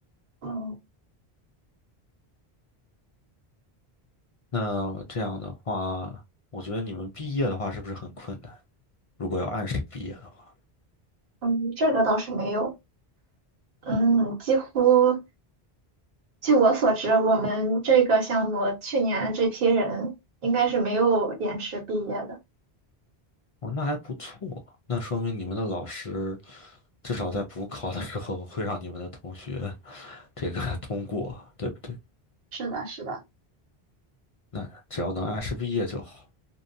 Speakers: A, on the right; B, on the left.
A: 嗯
B: 那这样的话，我觉得你们毕业的话是不是很困难？如果要按时毕业的话，
A: 嗯，这个倒是没有。嗯，几乎据我所知，我们这个项目去年这批人应该是没有延迟毕业的。
B: 哦，那还不错，那说明你们的老师。至少在补考的时候会让你们的同学 <laughs> 这个通过，对不对？
A: 是的，是的。
B: 那只要能按时毕业就好。